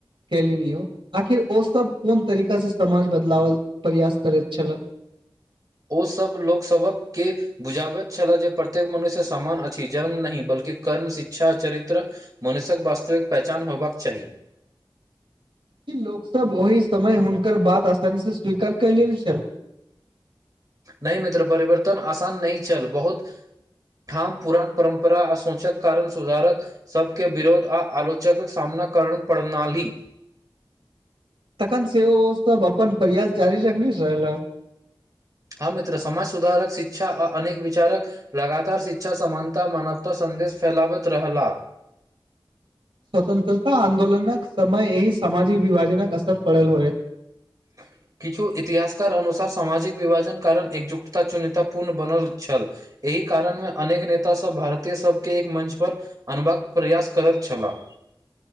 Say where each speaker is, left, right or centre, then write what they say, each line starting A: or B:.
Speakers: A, on the right (about 80°); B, on the right (about 45°).
A: कलनि यौ आखिर ओ सभ कोन तरीका से समाज बदलावल प्रयास करैत छले
B: ओसभ लोकसभके बुझाबैत छलह जे प्रत्येक मनुष्य समान अछि जन्म नहि बल्कि कर्म शिक्षा चरित्र मनुष्यक वास्तविक पहचान होबाक चाही
A: कि लोक सब ओहि समय हुनकर बात आसानी से स्वीकार कले छल
B: नहि मित्र परिवर्तन आसान नहि छल बहुत ठाम पुरान परम्परा असोचक कारण सुधारक सभके विरोध आ आलोचकक सामना कर प्रड़णाली
A: तखन से ओ सब अपन प्रयास जारी रखने छल
B: हँ मित्र समाज सुधारक शिक्षा आ अनेक विचारक लगातार शिक्षा समानता मानवता सन्देश फैलाबैत रहलाह
A: स्वतंत्रता आन्दोलनक समय एहिी सामाजिक विभाजनक असर पड़ल होयत
B: <inaudible> किछु इतिहासकार अनुसार सामाजिक विभाजन कारण एकजुटता चुन्यता पूर्ण बनल छल एहि कारण मे अनेक नेता सब भारतीय सबके एक मंच पर अनबाक प्रयास करेत छला